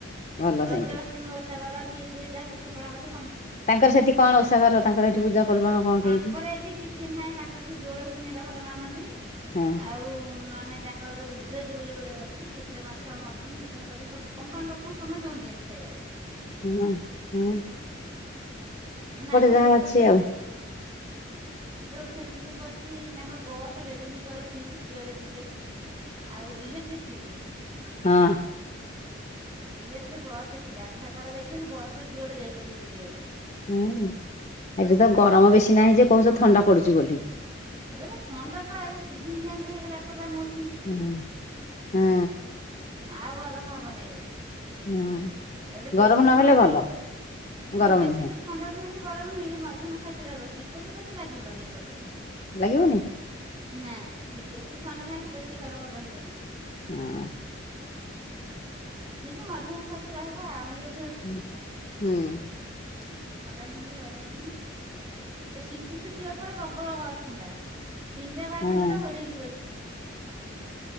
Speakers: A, on the left; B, on the right.
A: ଭଲ
B: ରଜ
A: ସେମିତି
B: ଅଷ୍ଟମୀ ଓସାବାର କିଏ ଯିଏ ଯାହା ପିଠ ପଣା କରିଥିବ
A: ତାଙ୍କର ସେଠି କଣ ଓସାବାର ତାଙ୍କର ସେଠି ପୂଜା ପର୍ବାଣ କଣ
B: ତାଙ୍କର
A: କେମିତି
B: ଏଠି କିଛି ନାହିଁ ତାଙ୍କର ଏଠି ଦୋଳ ପୁନେଇଁରେ ଭଲ ମାନନ୍ତି।
A: ହଁ
B: ଆଉ ନୂଆ ନାହିଁ ତାଙ୍କର ଯୋଉ ଦୀ ବୋଲି ଗୁଟେ ଅଛି ସେଠାରେ ମାଛ ମଟନ୍ ଚିକେନ କରି ସବୁ କମ୍ପାନୀ ଲୋକଙ୍କୁ ସମେତଙ୍କୁ ଦିଅନ୍ତି ଖାଇବା ପାଇଁ।
A: <unintelligible> ହୁ।
B: <unintelligible> ତାଙ୍କର
A: ଯାହା
B: ଗଭର୍ଣ୍ଣମେଣ୍ଟ
A: ଅଛି ଆଉ
B: ଗୋଟେ ଫସିଲିଟି ଅଛି ତାଙ୍କର <unintelligible> ଯୁଆଡେ ଯିବେ ଆଉ ଇଲେକ୍ଟ୍ରିକ ଫି
A: ହଁ।
B: Electric bus fee Aadhaar card ଦେଖିଲୁ ବସ ଜୁଆଡ଼େ ଯାଇପାରିବୁ ବୁଲିବା ପାଇଁ।
A: ହୁଁ ଏଠି ତ ଗରମ
B: ହୁଁ
A: ବେଶୀ ନାହିଁ ଯେ କହୁଛ ଥଣ୍ଡା ପଡୁଛି ବୋଲି।
B: ଏଇଟା ଥଣ୍ଡ ଟା ପା ସିଜନ ଚେଞ୍ଜ ହେଇଗଲା ଏପଟା ମୁଁ
A: ହୁଁ ହୁଁ।
B: ଆଉ ଗରମ ହବନି ଏଇ ଆଡ଼େ।
A: ହୁଁ।
B: ଏ ବେଶୀ
A: ଗରମ ନହେଲେ
B: ଥଣ୍ଡା
A: ଭଲ
B: ନୁହେଁ କି ବେଶୀ
A: ଗରମ
B: ନା ବେଶୀ
A: ନୁହଁ
B: ବି ଥଣ୍ଡା ନୁହେଁ କି ଗରମ ନୁହଁ ମଧ୍ୟମ ସାଇଜ୍ ର ହବ ଶୀତ ବି ବେଶୀ ଲାଗିବନି ଏପଟରେ।
A: ଲାଗିବନି?
B: ନା ସେ ବେଶୀ ଥଣ୍ଡା ନାହିଁ କି ବେଶୀ ଗରମ ରହିବନି।
A: ହଁ।
B: ଠିକ ମଧ୍ୟମ ସାହାଯ୍ୟ ରହିବା ଆମେ ଯୋଉ
A: ହ ହୁଁ।
B: ଥଣ୍ଡା ନୁହେଁକି ଗରମ ନୁହେଁ ଏ ସିଟି ପିଟି ଉପରେ ପ୍ରବଳ ଘର ଥଣ୍ଡା ତିନିଟା ବାଜିବ
A: ହଁ
B: ତ ଘୋଡେଇ ହେଇକି ବସିବେ।